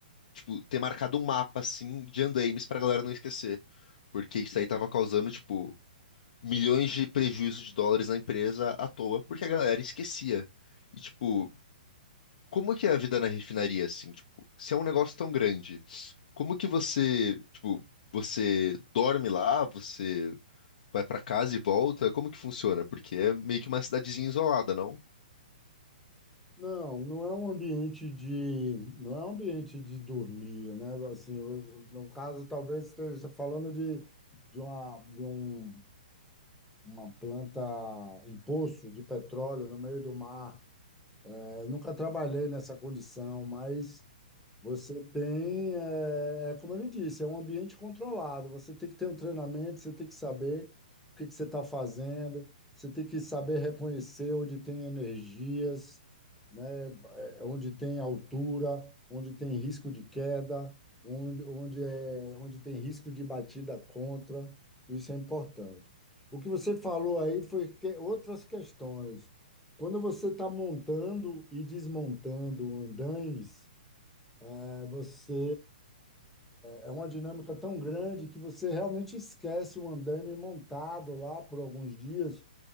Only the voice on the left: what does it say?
tipo, ter marcado um mapa, assim, de andaimes pra galera não esquecer. Porque isso aí tava causando, tipo, milhões de prejuízo de dólares na empresa à toa, porque a galera esquecia. E, tipo, como que é a vida na refinaria, assim? Tipo, se é um negócio tão grande, como que você, tipo, você dorme lá, você vai pra casa e volta? Como que funciona? Porque é meio que uma cidadezinha isolada, não?